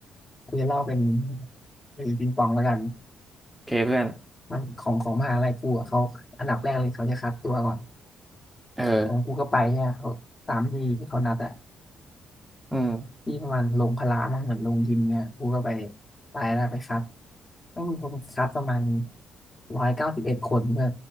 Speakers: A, on the left; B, in the centre.
A: กูจะเล่าเป็นไอ้ปิงปองแล้วกัน
B: โอเคเพื่อน
A: มันของของมหาลัยกูอ่ะเขาอันดับแรกเลยเขาจะคัดตัวก่อน
B: เออ
A: ของกูก็ไปเนี่ยเขาตามที่ที่เขานัดอ่ะ
B: อืม
A: ที่มันลงพละมั้งเหมือนลงยิมเนี่ยกูก็ไปไปแล้วไปครับต้องมีคนครับประมาณร้อยเก้าสิบเอ็ดคนเพื่อ